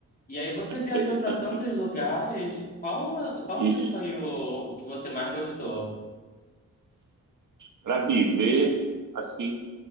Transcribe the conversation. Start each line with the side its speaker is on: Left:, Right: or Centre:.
Left: E aí você
Right: É interessante
Left: viajou para tantos
Right: isso.
Left: lugares. Qual, a- qual assim
Right: Ixi.
Left: foi o, o que você mais gostou
Right: Para viver assim,